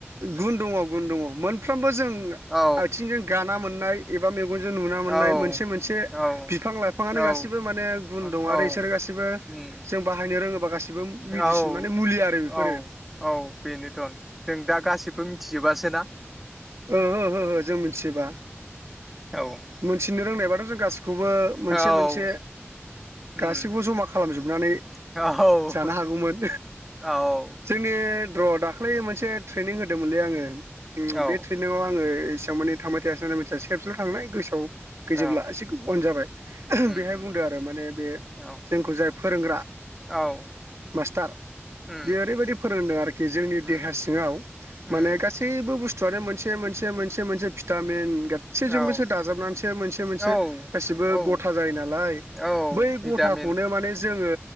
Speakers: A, on the right; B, in the centre.
A: गुन दङ गुन दङ मोनफ्रोमबो जों
B: औ
A: आथिंजों गाना मोननाय एबा मेगनजों नुना मोननाय
B: औ
A: मोनसे मोनसे
B: औ
A: बिफां लाइफाङानो
B: औ
A: गासिबो माने गुन
B: औ
A: दं आरो बिसोरो गासिबो
B: उम
A: जों बाहायनो रोङोबा गासिबो मेडिसिन
B: औ
A: माने मुलि आरो
B: औ
A: बेफोरो
B: औ बेनोथन जों दा गासिबो मिथिजोबासो ना
A: ओह जों मिथिबा
B: औ
A: मिथिनो रोंनायबाथ' जों गासैबो बे खौबो मोनसे
B: औ
A: मोनसे
B: उम
A: गासैखौबो जमा खालामजोबनानै
B: औ
A: जानो हागौमोन
B: औ
A: जोंनि र दाख्लै मोनसे ट्रेनिं होदोंमोनलै आङो
B: औ
A: बे ट्रेइनिंआव आङो एसेबांमानि थांबाय थायासै नालाय मिथियासै खेबसेल थांनाय गोसोआव गैजोबला
B: औ
A: एसे अन जाबाय
B: उम
A: बेहाय
B: उम
A: बुंदों आरो माने बे
B: औ
A: जोंखौ जाय फोरोंग्रा
B: औ
A: मास्टार
B: उम
A: बेयो ओरैबायदि फोरोंदों आरोखि जोंनि
B: उम
A: देहा सिङाव माने
B: उम
A: गासैबो बुस्थुआनो मोनसे मोनसे मोनसे मोनसे भिटामिन गासैजोंबोसो
B: औ
A: दाजाबनानैसो मोनसे मोनसे
B: औ
A: गासिबो
B: औ
A: गथा जायो नालाय।
B: औ
A: बै
B: भिटामिन
A: गथाखौनो माने जोङो